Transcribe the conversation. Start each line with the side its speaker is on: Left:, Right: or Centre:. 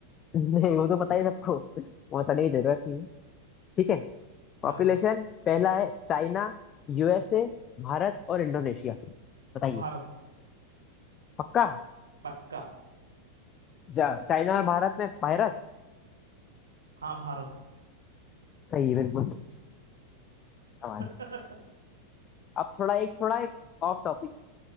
Left: नहीं वो तो पता ही सबको वो बताने की जरूरत नहीं है ठीक है पॉपुलेशन
Right: हाँ
Left: पहला है चाइना यूएसए भारत और इंडोनेशिया बताइए
Right: भारत
Left: पक्का
Right: पक्का
Left: जा- चाइना और भारत में भारत
Right: हाँ भारत
Left: सही है, बिल्कुल सही आवाज
Right: <laughs>
Left: है। अब थोड़ा एक थोड़ा एक ऑफ टॉपिक